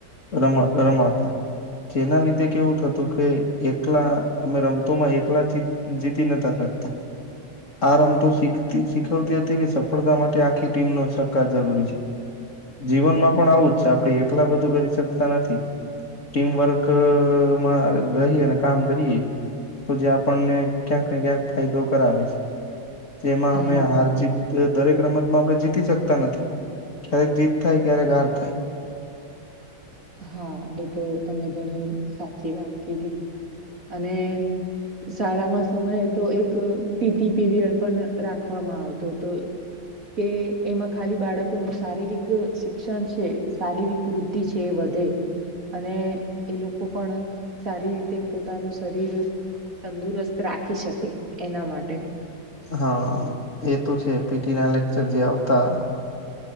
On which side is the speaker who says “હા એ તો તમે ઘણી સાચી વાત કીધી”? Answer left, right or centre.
Right